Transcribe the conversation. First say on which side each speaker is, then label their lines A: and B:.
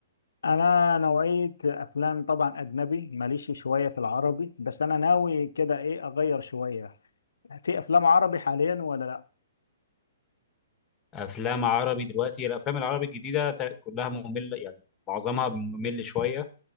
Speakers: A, on the left (about 70°); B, on the left (about 20°).
A: أنا نوعية أفلام طبعا أجنبي ماليش شوية في العربي بس أنا ناوي كده إيه أغير شوية في أفلام عربي حاليا ولا لأ؟
B: افلام عربي دلوقتي الافلام العربي الجديده تا- كلها ممله يعني معظمها ممل شويه